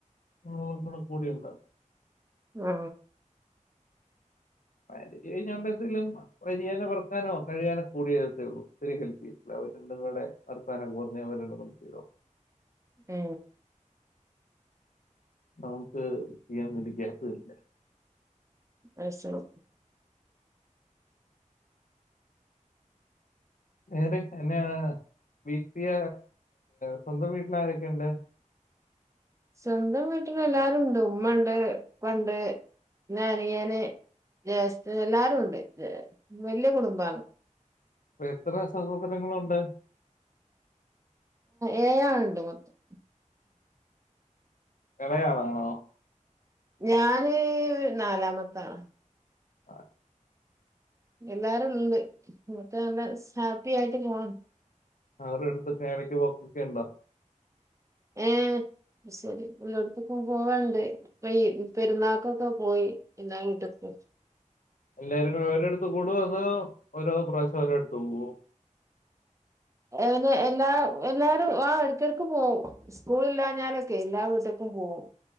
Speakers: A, on the left (about 80°); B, on the right (about 25°).
A: കോളൊന്നും റെക്കോർഡ് ചെയ്യണ്ടാ
B: ആ
A: <unintelligible> <unintelligible>
B: ആ
A: നമ്മക്ക് ചെയ്യാൻ വേണ്ടി ഗ്യാപ് തരില്ല
B: അതുശെരി
A: <unintelligible> മറ്റേ സ്വന്തം വീട്ടിൽ ആരൊക്കെ ഇണ്ട്
B: സ്വന്തം വീട്ടിൽ എല്ലാരും ഇണ്ട് ഉമ്മണ്ട് ഉപ്പണ്ട് പിന്നെ അനിയന് ജേഷ്ട്ട എല്ലാരും ണ്ട് വെല്യ കുടുംബ
A: എത്ര സഹോദരങ്ങൾ ഉണ്ട്
B: ഏഴ് ആള് ഇണ്ട് മൊത്തം
A: എളേ ആളാണോ
B: ഞാന് നാലാമത്താണ്.
A: ആഹാ.. !
B: എല്ലാരും ഉണ്ട്, മക്കള് നല്ല ഹാപ്പി ആയിട്ട് പോണ്.
A: അവരു അടുത്ത് ഒക്കെ എടക്ക് പോക്കൊക്കെ ഉണ്ടോ?
B: ഏയ... ശരി എല്ലായിടത്തക്കും പോവാണ്ട് ഇപ്പോ ഈ- പെരുന്നാാക്കൊക്കെ പോയി എല്ലാ വീട്ടക്ക്.
A: എല്ലാവരും ഓരോടുത്ത് കൂടോ അതോ ഓരോ പ്രാവശ്യം ഓരോടുത്ത് പോകോ?
B: എല്ലാ.. എല്ലാരും ആഹാ ഇടക്കിടക്കും പോവും സ്കൂള്- ഇില്ലാഞ്ഞാലൊക്കെ എല്ലാ- വീട്ടേക്കും പോവും.